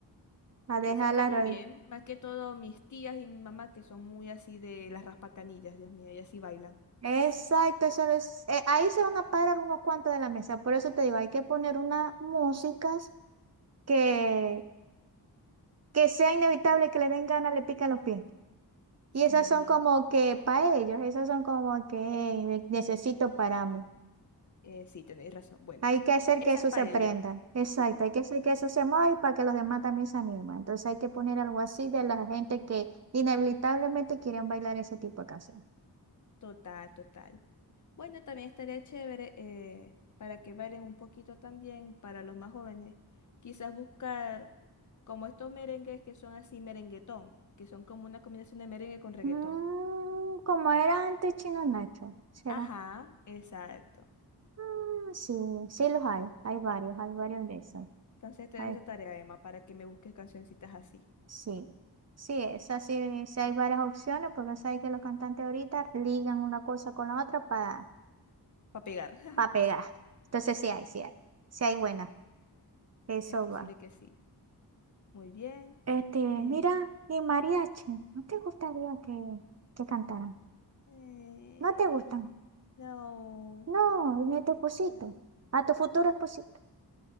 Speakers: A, on the right; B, on the left.
A: a dejar
B: Eso estaría
A: la radio.
B: bien, más que todo mis tías y mi mamá que son muy así de las raspacanillas, Dios mío, ellas sí bailan.
A: Exacto, eso es- eh, ahí se van a parar unos cuantos de la mesa. Por eso te digo, hay que poner unas músicas que, que sea inevitable que le den ganas, le pican los pies. Y
B: Sí,
A: esas son como que para ellos, esas son como que "Ey, ne- necesito para mí.
B: eh, sí, tenéis razón. Bueno,
A: Hay que hacer
B: esas
A: que eso
B: para
A: se aprenda.
B: ello.
A: Exacto,
B: <laughs>
A: hay que hacer que eso se mueva y para que los demás también se animen. Entonces hay que poner algo así de la gente que inevitablemente quieren bailar ese tipo de canción.
B: Total, total. Bueno, también estaría chévere eh, para que bailen un poquito también para los más jóvenes. Quizás buscar como estos merengues que son así merenguetón, que son como una combinación de merengue con reggaetón.
A: Mm, como era antes Chino Nacho, ¿será?
B: Ajá, exacto.
A: Mm, sí, sí los hay, hay varios, hay varios de esos.
B: Entonces te
A: Hay-
B: dejo esa tarea, Emma, para que me busques cancioncitas así.
A: sí. Sí, esas sí, sí hay varias opciones porque sabes que los cantantes ahorita ligan una cosa con la otra para
B: Para pegar. <laughs>
A: para pegar. Entonces sí hay, sí hay, sí hay buena. Eso
B: Es posible
A: va.
B: que sí. Muy bien.
A: Este, mira,
B: Eh,
A: y mariachi, ¿no te gustaría que, que cantaran?
B: eh,
A: ¿No te gustan?
B: no,
A: No, ni a tu esposito,
B: no.
A: a tu futuro esposito.